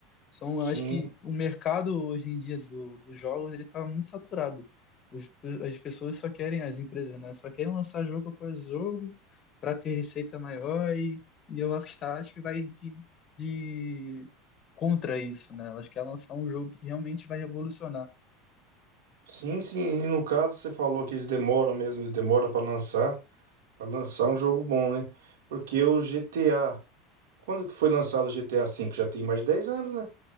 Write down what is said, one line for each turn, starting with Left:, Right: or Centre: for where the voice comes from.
Left: São,
Right: Sim,
Left: eu acho que o mercado hoje em dia do, dos jogos ele está muito saturado. Os- as pessoas só querem, as empresas, né? Só querem lançar jogo após jogo para ter receita maior e, e a Rockstar acho que vai de, de contra isso, né? Elas querem lançar um jogo que realmente vai revolucionar.
Right: sim, sim. E no caso, você falou que eles demoram mesmo, eles demoram pra lançar. Pra lançar um jogo bom, né? Porque o GTA. Quando que foi lançado o GTA V? Já tem mais de 10 anos, né?